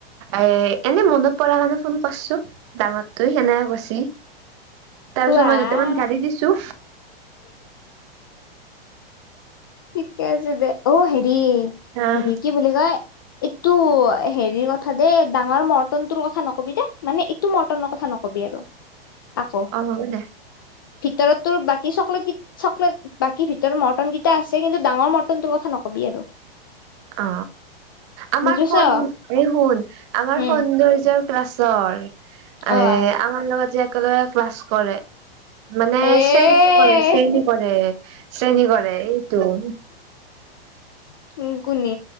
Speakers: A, on the right (about 30°); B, on the left (about 20°).
A: এ এনেই মনত পাৰ কাৰণে ফোন কৰিছো ডাঙৰটোৱে সেনেকা কৈছি। তাৰপিছত
B: ৱাহ
A: মই দুটামান গালি‌ দিছো।
B: ঠিকে আছে দে অ হেৰি
A: আহ
B: হেৰি কি বুলি কয় এইটো হেৰিৰ কথা দেই ডাঙৰ মৰ্টন তোৰ কথা নকবি দে মানে এইটো মটনৰ কথা নকবি। আৰু আকৌ
A: অ হ'ব দে
B: ভিতৰত তোৰ বাকী চকলেট চকলেট বাকী ভিতৰত মৰ্টন পেছে কিন্তু ডাঙৰ মটনটোৰ কথা নকবি আৰু।
A: অ আমাৰ
B: বুজি
A: স
B: পাইছ
A: শুন আমাৰ
B: উম
A: সৌন্দৰ্য ক্লাছৰ এ
B: অ
A: আমাৰ লগত যে স ক্লাছ কৰে। মানে
B: এ
A: শ্ৰেণী কৰে, শ্ৰেণী কৰে, শ্ৰেণী কৰে এইটো
B: আহ কোনি